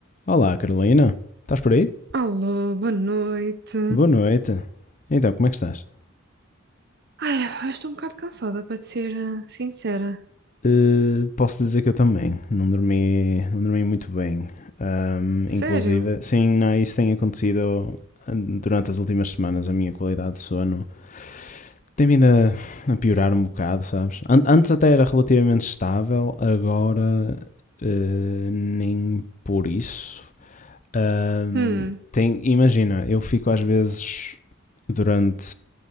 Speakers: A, on the left; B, on the right.
A: Olá, Carolina. Estás por aí?
B: Alô, boa noite.
A: Boa noite. Então, como é que estás?
B: Ai, eu estou um bocado cansada, para te ser ah, sincera.
A: Eh, posso dizer que eu também. Não dormi, não dormi muito bem. Ahm,
B: Sério?
A: inclusive, sim, não, isso tem acontecido ah, durante as últimas semanas. A minha qualidade de sono tem vindo a, a piorar um bocado, sabes? An- antes até era relativamente estável, agora eh, nem por isso. Ahm,
B: Hum,
A: tem, imagina, eu fico às vezes durante,